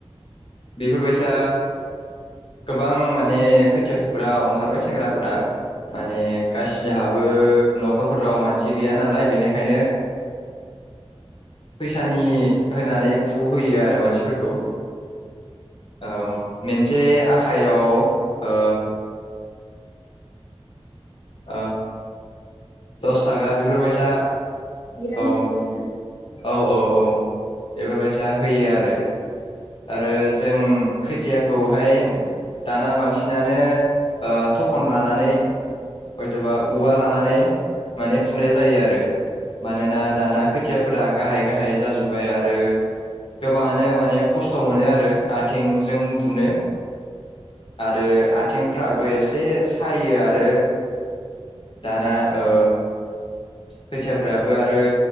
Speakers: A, on the left; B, on the left.
A: बेफोरबायसा गोबां माने खोथिया फुग्रा अंखारबाय सेंग्राफोरा माने गासिहाबो न'खरफोराव मानसि गैया नालाय बेनो खायनो फैसानि होनानै फु होयो आरो मानसिफोरखौ औ मोनसे आ आखायाव ओ ओ दस थाखा बेफोरबायसा
B: जि रांसिम
A: औ
B: आरोना
A: औ औ औ बेफोरबायसा होयो आरो आरो जों खोथियाखौहाय दाना बांसिनानो थखन लानानै सोरबा औवा लानानै माने फुनाय जायो आरो मानोना दाना खोथिया फोर गाहाय गाहाय जाजोबाय आरो गोबांङानो माने खस्थ' मोनो आरो आथिंजों बुनो आरो आ आथिंफ्राबो एसे सायो आरो दाना ओ खोथियाफ्राबो आरो